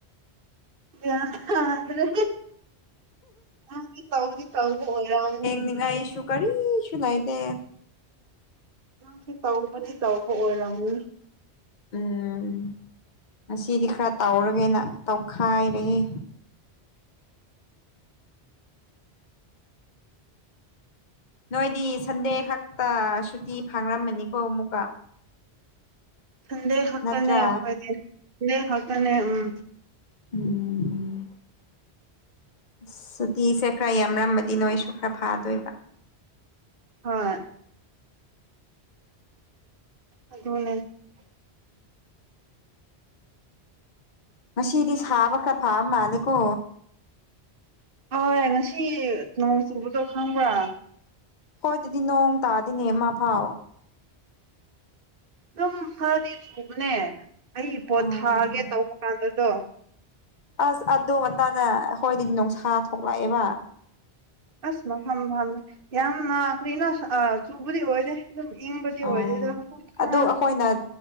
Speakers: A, on the right; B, on the left.
A: ꯌꯥꯝ ꯁꯥꯒꯔꯦꯍꯦ ꯅꯪꯒꯤ ꯇꯥꯎꯗꯤ ꯇꯧꯕ ꯑꯣꯏꯔꯝꯅꯤ
B: ꯅꯤꯡꯉꯥꯏꯁꯨ ꯀꯔꯤꯁꯨ ꯂꯩꯇꯦ
A: ꯅꯪ ꯁꯤ ꯇꯧꯕꯗꯤ ꯇꯧꯕ ꯑꯣꯏꯔꯝꯃꯅꯤ
B: ꯎꯝ ꯉꯁꯤꯗꯤ ꯈꯔ ꯇꯧꯔꯒꯦꯅ ꯇꯧꯈꯥꯏꯔꯦꯍꯦ ꯅꯣꯏꯗꯤ ꯁꯟꯗꯦ ꯈꯛꯇ ꯁꯨꯇꯤ ꯐꯥꯡꯔꯝꯃꯅꯤꯀꯣ ꯑꯃꯨꯛꯀ
A: ꯁꯟꯗꯦ ꯈꯛꯇꯅꯦ
B: ꯅꯠꯇ꯭ꯔꯥ
A: ꯑꯩꯈꯣꯏꯗꯤ ꯁꯟꯗꯦ ꯈꯛꯇꯅꯦ ꯎꯝ
B: ꯎꯝ ꯑꯁ ꯁꯨꯇꯤꯁꯦ ꯈꯔ ꯌꯥꯝꯔꯝꯃꯗꯤ ꯅꯣꯏꯁꯨ ꯈꯔ ꯐꯥꯗꯣꯏꯕ
A: ꯍꯣꯏ ꯑꯗꯨꯅꯦ
B: ꯉꯁꯤꯗꯤ ꯁꯥꯕ ꯈꯔ ꯐꯥꯕ ꯃꯥꯜꯂꯦꯀꯣ
A: ꯍꯣꯏ ꯉꯁꯤ ꯅꯣꯡ ꯆꯨꯕꯗꯣ ꯈꯪꯕ꯭ꯔꯥ
B: ꯈꯣꯏꯗꯗꯤ ꯅꯣꯡ ꯇꯥꯗꯦꯅꯦ ꯑꯃ ꯐꯥꯎ
A: ꯑꯗꯨꯝ ꯐꯔꯗꯤ ꯆꯨꯕꯅꯦ ꯑꯩ ꯄꯣꯠ
B: ꯑꯣ
A: ꯊꯥꯒꯦ ꯇꯧꯕ ꯀꯥꯟꯗꯗꯣ
B: ꯑꯁ ꯑꯗꯨ ꯉꯟꯇꯥꯅ ꯑꯍꯣꯏꯗꯤ ꯅꯨꯡꯁꯥ ꯊꯣꯛꯂꯛꯑꯦꯕ
A: ꯑꯁ ꯃꯐꯝ ꯐꯝꯃ ꯌꯥꯝꯅ ꯀꯔꯤꯅꯣ ꯑꯥ ꯆꯨꯕꯗꯤ ꯑꯣꯏꯗꯦ ꯑꯗꯨꯝ ꯏꯪꯕꯗꯤ ꯑꯣꯏꯗꯦꯗ
B: ꯑꯣ
A: ꯃꯀꯨꯞ ꯈꯔ
B: ꯑꯗꯨ ꯑꯩꯈꯣꯏꯅ